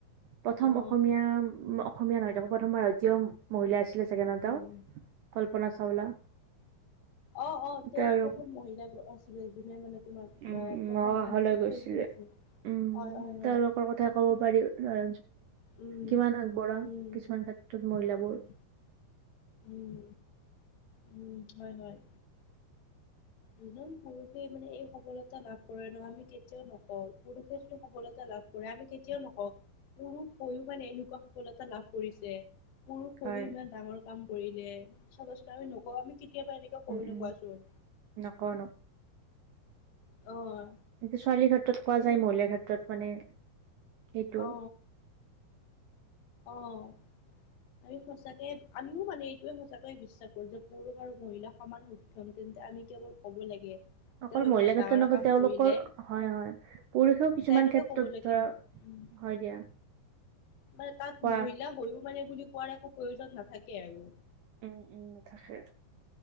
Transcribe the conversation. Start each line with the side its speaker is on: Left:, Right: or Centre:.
Right: প্ৰথম
Left: অ
Right: অসমীয়া অসমীয়া নহয়তো আকৌ প্ৰথম ভাৰতীয় মহিলা আছিলে ছেকেণ্ডতও
Left: উম
Right: কল্পনা চাওলা।
Left: অ-অ তেওঁত
Right: তেওঁলোক
Left: প্ৰথম মহিলা আছিলে যোনে মানে তোমাৰ
Right: উম,
Left: প্ৰথম
Right: মামা
Left: মানে
Right: ঘৰলৈ গৈছিলে
Left: হেৰি কৰিছে
Right: উম,
Left: হয় হয় হয়
Right: তেওঁলোকৰ কথা ক'ব
Left: মানে
Right: পাৰি। <unintelligible>
Left: উম
Right: কিমান আগবঢ়া
Left: উম
Right: কিছুমান ক্ষেত্ৰত মহিলাবোৰ
Left: উম উম, উম, হয়, হয়। যিজন পুৰুষে মানে এই সবলতা লাভ কৰে নহয় আমি কেতিয়াও নকওঁ পুৰুষ সেইটোই সফলতা লাভ। দয়ালো কেতিয়াও নকওঁক বহু পুৰুষ মানে এনেকুৱা সফলতা লাভ কৰিছে। পুৰুষ হৈও
Right: হয়
Left: ইমান ডাঙৰ কাম কৰিলে চাবা চোন আমি নকওঁ আমি কেতিয়াবা এনেকুৱা কৰো
Right: উম
Left: নে
Right: উম
Left: কোৱাচোন।
Right: নকওঁ
Left: অ',
Right: এয়া ছোৱালীৰ ক্ষেত্ৰত কোৱা
Left: মানে
Right: যায় মহিলাৰ ক্ষেত্ৰত মানে সেইটো
Left: অ অ', আমি সঁচাকয় আমিও মানে এইটোয়ে সঁচাকয়ে বিশ্বাস কৰো যে পুৰুষ আৰু মহিলা সমান সক্ষম তে আমি কেৱল ক'ব লাগে।
Right: অকল
Left: তেওঁ
Right: মহিলা
Left: ইমান
Right: ক্ষেত্ৰত
Left: ডাঙৰ
Right: নকয়
Left: কাম
Right: তেওঁলোকৰ
Left: কৰিলে
Right: হয় হয় পুৰুষেও কিছুমান
Left: ত এনেকে
Right: ক্ষেত্ৰত
Left: ক'ব লাগে
Right: ধৰা
Left: উম
Right: হয় দিয়া
Left: মানে তাত
Right: কোৱা
Left: মহিলা হৈও মানে বুলি কোৱাৰ একো প্ৰয়োজন নাথাকে আৰু
Right: উম-উম থাকে।